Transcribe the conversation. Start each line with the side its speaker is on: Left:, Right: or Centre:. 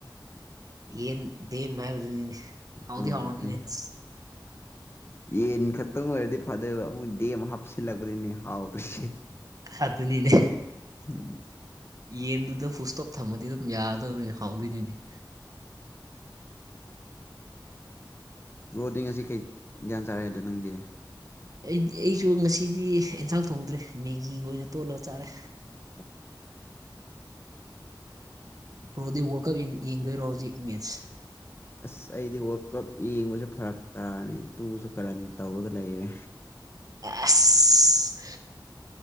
Right: ꯌꯦꯟ ꯗꯦ ꯍꯥꯏꯕꯗꯨꯅꯤꯅꯦ ꯍꯥꯎꯗꯤ
Left: ꯑꯣ
Right: ꯍꯥꯎꯔꯅꯤꯅꯦ
Left: ꯑꯗꯨꯅꯦ
Right: ꯑꯁ
Left: ꯌꯦꯟ ꯈꯛꯇꯪ ꯑꯣꯏꯔꯗꯤ ꯐꯥꯗꯣꯏꯕ ꯃꯣꯏꯟ ꯗꯦꯝ ꯍꯥꯞꯆꯤꯜꯂꯛꯄꯗꯩꯩꯅꯦ ꯍꯥꯎꯗꯣꯏꯁꯦ
Right: ꯑꯗꯨꯅꯤꯅꯦ
Left: ꯎꯝ
Right: ꯌꯦꯟꯗꯨꯗ ꯐꯕꯨꯁꯇꯣꯞ ꯊꯝꯃꯗꯤ ꯑꯗꯨꯝ ꯌꯥꯗꯧꯅꯤꯅꯦ ꯍꯥꯎꯗꯣꯏꯅꯤꯗꯤ
Left: ꯔꯣꯗꯤꯡ ꯑꯁꯤ ꯀꯩ ꯒ꯭ꯌꯥꯟ ꯆꯥꯔꯛꯑꯗ ꯅꯪꯗꯤ
Right: ꯑꯩꯗꯤ ꯑꯩꯁꯨ ꯉꯁꯤꯗꯤ ꯑꯦꯟꯁꯥꯡ ꯊꯣꯡꯗ꯭ꯔꯦ ꯃꯦꯒꯤꯒ ꯑꯣꯏꯅ ꯇꯣꯠꯂꯒ ꯆꯥꯔꯦ
Left: ꯑ
Right: ꯄ꯭ꯔꯣꯗꯤ ꯋꯥꯔꯜ ꯀꯞ ꯌꯦꯪ ꯌꯦꯡꯗꯣꯏꯔꯣ ꯍꯧꯖꯤꯛ ꯃꯦꯠꯁ
Left: ꯑꯁ ꯑꯩꯗꯤ ꯋꯥꯔꯜ ꯀꯞ ꯌꯦꯡꯕꯁꯦ ꯐꯔꯛ ꯇꯥꯔꯅꯤ ꯏꯇꯨꯁꯨ ꯀꯔꯟ ꯇꯧꯔꯒ ꯂꯩꯔꯦ
Right: ꯑꯁ